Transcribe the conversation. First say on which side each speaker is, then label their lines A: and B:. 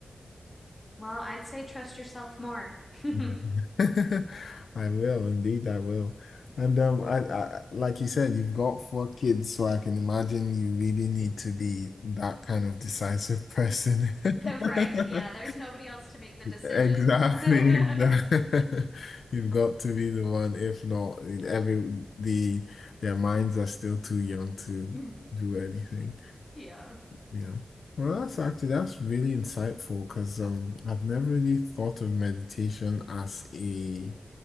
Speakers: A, on the left; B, on the left.
A: Well, I'd say trust yourself more. <laughs>
B: Yeah. <laughs> I will, indeed, I will. And um, I, I like you said, you've got four kids, so I can imagine you really need to be that kind of decisive person. <laughs>
A: Right. Yeah, there's nobody else to make the decisions.
B: Exactly,
A: <laughs>
B: exactly. <laughs> You've got to be the one. If not, every the their minds are still too young to
A: Mm,
B: do anything.
A: Yeah.
B: Yeah. Well, that's actually that's really insightful because um I've never really thought of meditation as a